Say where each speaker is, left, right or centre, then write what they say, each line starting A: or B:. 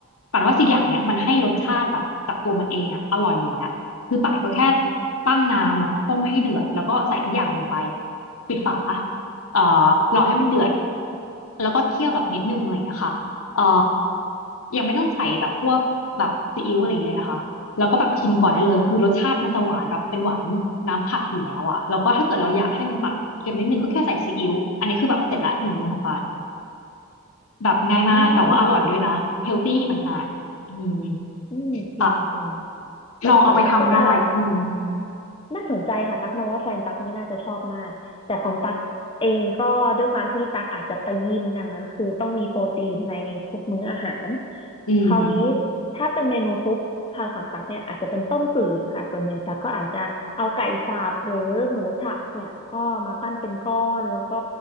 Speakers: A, on the left (about 75°); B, on the left (about 25°).
A: ป่านว่าสี่อย่างเนี้ยมันให้รสชาติแบบจากตัวมันเองอ่ะอร่อยอยู่แล้วคือป่านก็แค่
B: อืม
A: ตั้งน้ำเนาะต้มให้เดือดแล้วก็ใส่ทุกอย่างลงไปปิดฝาเอ่อรอให้มันเดือดแล้วก็เคี่ยวแบบนิดนึงอะไรอย่างเงี้ยค่ะ เอ่อยังไม่ต้องใส่แบบพวกแบบซีอิ๊วอะไรอย่างเงี้ยเลยนะคะ แล้วก็แบบชิมก่อนได้เลยคือรสชาติมันจะหวานแบบเป็นหวานน้ำผักอยู่แล้วอะแล้วก็ถ้าเกิดเราอยากให้มันตัดเค็มนิดนึงก็แค่ใส่ซีอิ๊วอันนี้คือแบบเสร็จละหนึ่งมื้อของปาน
B: อืม
A: แบบง่ายมาก
B: อื
A: แต่ว่าอร่อยด้วยนะเฮลตี้ต่างหากอืม
B: มอืมจริงจริง
A: ค่ะ
B: แต่ของตั๊กก็จะ
A: ลองเอาไปทำได้ อืม
B: น่าสนใจค่ะตักมองว่าแฟนตักนี่น่าจะชอบมากแต่ของตักเองก็ด้วยความที่ตักอาจจะไปยิมดังนั้นคือต้องมีโปรตีนในทุกมื้ออาหาร
A: อืม
B: คราวนี้ถ้าเป็นเมนูซุปทางฝั่งตักเนี่ยอาจจะเป็นต้มจืดค่ะส่วนใหญ่ตักก็อาจจะเอาไก่สับหรือหมูสับเนี่ยก็มาปั้นเป็นก้อนแล้วก็